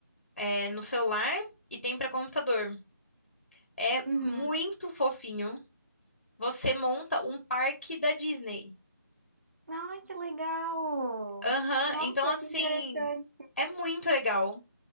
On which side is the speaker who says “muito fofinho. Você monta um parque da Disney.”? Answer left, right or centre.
Left